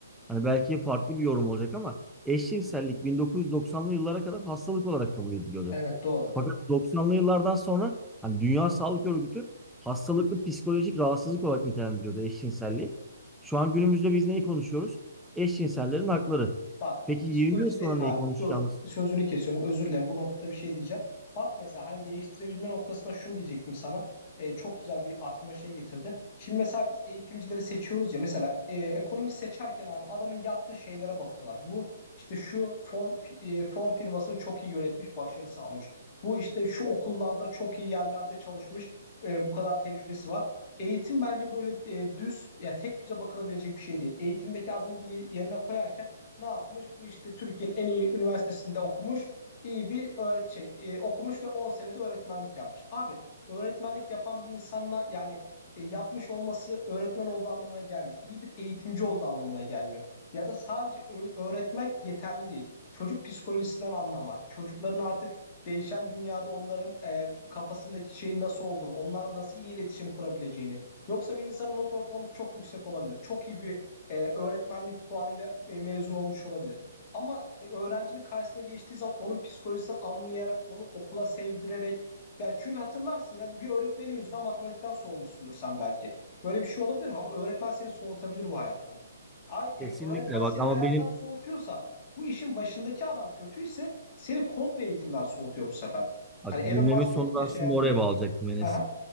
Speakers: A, in the centre; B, on the left.
A: Hani belki farklı bir yorum olacak ama eşcinsellik 1990'lı yıllara kadar hastalık olarak kabul ediliyordu.
B: Evet, doğru.
A: Fakat doksanlı yıllardan sonra hani Dünya Sağlık Örgütü hastalıklı psikolojik rahatsızlık olarak nitelendiriyordu eşcinselliği. Şu an günümüzde biz neyi konuşuyoruz? Eşcinsellerin hakları.
B: Bak
A: Peki
B: psikoloji
A: 20 yıl sonra
B: dedin
A: neyi
B: abi.
A: konuşacağımız?
B: Dur sözünü kesiyorum. Özür dilerim. Bu noktada bir şey diyeceğim. Bak mesela hani değiştirebilme noktasında şunu diyecektim sana. Ee, çok güzel bir aklıma şey getirdin. Şimdi mesela biz eğitimcileri seçiyoruz ya mesela e, ekonomist seçerken abi adamın yaptığı şeylere bakıyorlar. Bu işte şu fon fi- e, fon firmasını çok iyi yönetmiş, başarı sağlamış. Bu işte şu okullarda çok iyi yerlerde çalışmış, e, bu kadar tecrübesi var. Eğitim bence böyle e, düz ya tek düze bakılabilecek bir şey değil. Eğitimdeki adımı bir yerine koyarken ne yapmış? Bu işte Türkiye'nin en iyi üniversitesinde okumuş. iyi bir öğret şey e, okumuş ve 10 senede öğretmenlik yapmış. Abi öğretmenlik yapan bir insanla yani e, yapmış olması öğretmen olduğu anlamına gelmiyor. İyi bir eğitimci olduğu anlamına gelmiyor. Ya da sadece öğretmek yeterli değil. Çocuk psikolojisinden anlamak, çocukların artık değişen dünyada onların e, kafasındaki şeyin nasıl olduğunu, onlarla nasıl iyi iletişim kurabileceğini. Yoksa bir insanın not ortalaması çok yüksek olabilir. Çok iyi bir e, öğretmenlik puanıyla e, mezun olmuş olabilir. Ama e, öğrencinin karşısına geçtiği zaman onun psikolojisini anlayarak, onu okula sevdirerek ya çünkü hatırlarsın ya bir öğretmenin yüzünden matematikten soğumuşsundur sen belki. Böyle bir şey olabilir mi? Ama öğretmen seni soğutabilir bu hayattan. Ay,
A: Kesinlikle
B: e, öğretmen
A: bak
B: seni
A: ama
B: hayattan
A: benim
B: soğutuyorsa bu işin başındaki adam kötüyse seni komple eğitimden soğutuyor bu sefer.
A: bak
B: Hani Elon
A: cümlemin
B: Musk
A: sonunda
B: dedin ya
A: aslında
B: şey yapmıyor.
A: oraya bağlayacaktım Enes.
B: Hı hı.